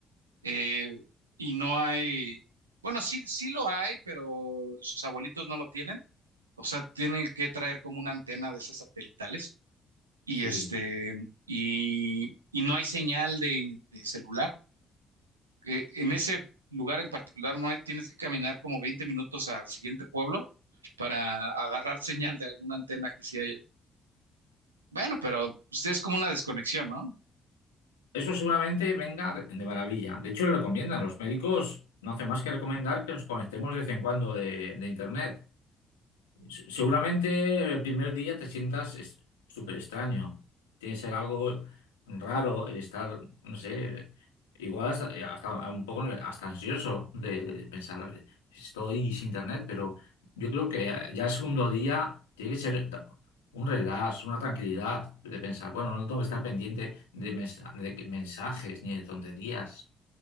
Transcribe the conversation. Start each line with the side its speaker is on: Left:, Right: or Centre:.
Right: eh, y no hay, bueno, sí, sí lo hay, pero sus abuelitos no lo tienen. O sea, tienen que traer como una antena de esas satelitales y
Left: Sí.
Right: este, y, y no hay señal de, de celular. Eh, en ese lugar en particular no hay, tienes que caminar como 20 minutos al siguiente pueblo para agarrar señal de alguna antena que sí haya. Bueno, pero pues, es como una desconexión, ¿no?
Left: Eso seguramente venga de, de maravilla. De hecho, lo recomiendan. Los médicos no hacen más que recomendar que nos conectemos de vez en cuando de, de internet. Se- Seguramente el primer día te sientas es- súper extraño. Tiene que ser algo raro el estar, no sé, igual hasta, eh, hasta un poco hasta ansioso de, de pensar, estoy sin internet, pero yo creo que ya el segundo día tiene que ser ta- un relax, una tranquilidad de pensar, bueno, no tengo que estar pendiente de, mens- de que- mensajes ni de tonterías.